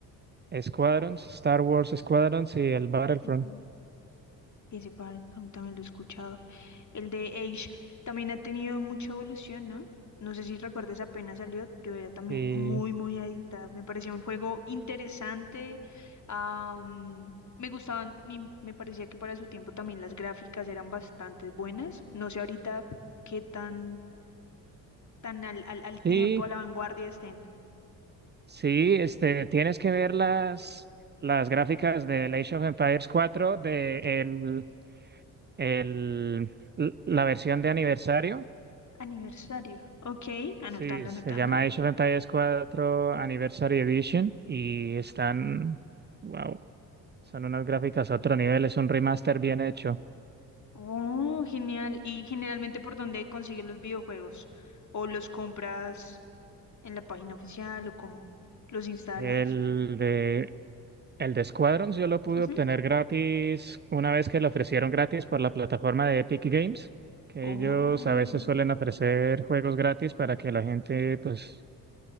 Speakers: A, on the right; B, on the left.
A: Squadrons, Star Wars Squadrons y el Battlefront.
B: yo también. Y ese par tam- también lo he escuchado. El de Age también ha tenido mucha evolución, ¿no? No sé si recuerdas, apenas salió, yo era también
A: Y
B: muy, muy adicta. Me parecía un juego interesante. am, me gustaban, y me parecía que para su tiempo también las gráficas eran bastante buenas. No sé ahorita qué tan, tan al, al, al tiempo,
A: sí,
B: a la vanguardia estén.
A: Sí, este, tienes que ver las, las gráficas de Age of Empires 4 de el, el- l- la versión de aniversario.
B: Aniversario. Ok, anotando,
A: Sí,
B: anotando.
A: se llama Age of Empires cuatro Anniversary Edition y están, wow, son unas gráficas a otro nivel, es un remaster bien hecho.
B: Oh, genial. ¿Y generalmente por dónde consigues los videojuegos? ¿O los compras en la página oficial o cómo? ¿Los instalas?
A: El de El de Squadrons yo lo pude
B: Ujú.
A: obtener gratis una vez que lo ofrecieron gratis por la plataforma de Epic Games, que
B: Oh.
A: ellos a veces suelen ofrecer juegos gratis para que la gente pues